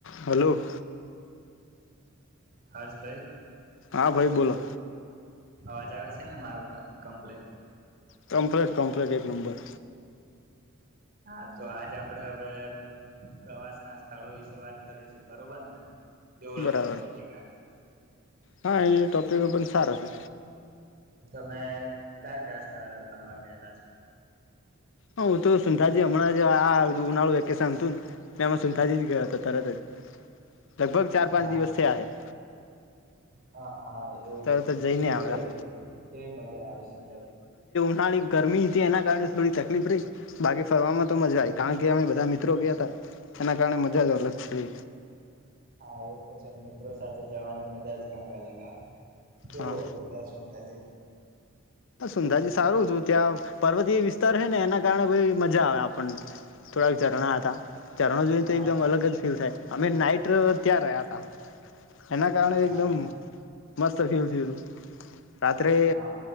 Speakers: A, on the left; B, on the right.
A: Hello
B: હસબેગ
A: હા, ભાઈ બોલો
B: અવાજ આવે છે, ને મારું કમ્પલીટ?
A: કમ્પલીટ કમ્પલીટ એક નંબર.
B: હા, તો આજ આપડે હવે પ્રવાસ ના સ્થળો વિશે વાત કરીશું, બરોબર ને? કેવો
A: બરાબર,
B: છે ટોપિક આ
A: હા એતો તો એવ પણ સારો છે.
B: તમે કયા કયા સ્થળે ફરવા ગયેલા છો?
A: હા, હું તો સુુંંધાજી હમણાં જે આ ઉનાળું વેકેશન હતું ને ને એમાં સુુંંધાજી ગયા હતા તરત જ લગભગ ચાર
B: હા
A: પાંચ દિવસ થિયા એ
B: હા. હા, એવું
A: તરત
B: જ હત
A: જઈને
B: કેવું
A: આવ્યા
B: રહ્યું કેવી મજા આવી સું
A: નાળા ગરમી હતી, એના કારણે થોડી તકલીફ રય બાકી ફરવામાં તો મજા આવી, કારણ કે અમે બધા મિત્રો ગયા હતા, એના કારણે મજા જ અલગ છે.
B: હા, એતો છે મિત્રો સાથે જવાની મજા જ કંઈક અલગ અવે. કેવું
A: હા
B: હતું ત્યાં સુટાજે?
A: સુંંધાજી સારું ત્યાં પર્વતીય વિસ્તાર છે ને એના કારણે કોઈ મજા આવે આપણને, થોડાક ઝરણા હતા ઝરણા જોઈને
B: હા
A: તો એકદમ અલગજ ફીલ થાય. અમે નાઈટ ત્યાં રહ્યા તા એના કારણે
B: હા
A: એકદમ
B: હા
A: મસ્ત ફીલ થયું તું રાત્રે
B: હા